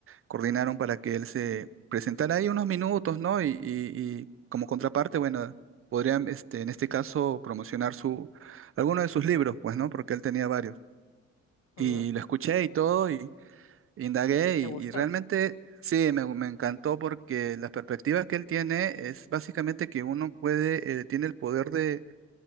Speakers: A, on the right (about 45°); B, on the left (about 75°).
A: coordinaron para que él se presentara ahí unos minutos, ¿no? Y, y- y como contraparte, bueno, podrían, este, en este caso, promocionar su, alguno de sus libros, pues, ¿no? Porque él tenía varios.
B: ujú.
A: Y lo escuché y todo, y indagué,
B: ¿Te
A: y,
B: gustó?
A: y realmente sí, me, me encantó porque las perspectivas que él tiene es básicamente que uno puede, eh, tiene el poder de